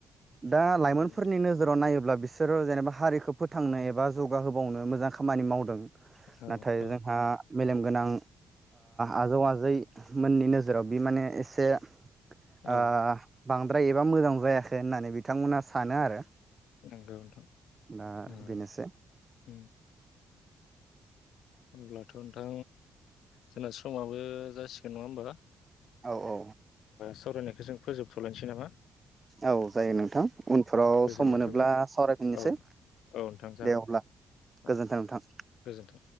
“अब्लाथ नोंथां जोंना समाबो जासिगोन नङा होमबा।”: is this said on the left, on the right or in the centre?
Left